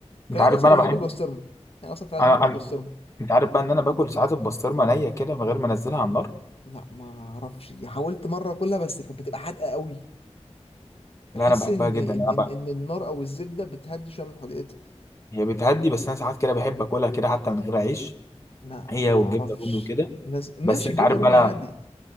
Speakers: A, on the left (about 55°); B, on the left (about 25°).
A: في
B: انت
A: العادة
B: عارف
A: أصلا
B: بقى
A: أنا
B: انا
A: بحب
B: بحب
A: البسطرمة يعني أصلا في العادة
B: انا
A: بحب
B: أنا-
A: البسطرمة
B: انت عارف بقى ان انا باكل ساعات البسطرمه نيه كده من غير ما انزلها على النار
A: لا ما أعرفش دي حاولت مرة كلها بس كانت بتبقى حادقة قوي
B: لا
A: بحس
B: انا بحبها
A: ان
B: جدا
A: ان
B: انا
A: ان
B: بقى
A: ان النار او الزبده بتهدي شويه من حديقتها
B: هي بتهدي بس انا ساعات كده بحب اكلها كده حتى من غير عيش
A: لا
B: هي
A: لا ما
B: والجبنه
A: اعرفش
B: الرومي وكده
A: لازم
B: بس
A: ماشي
B: انت
A: الجبنه
B: عارف
A: الرومي
B: بقى انا
A: عادي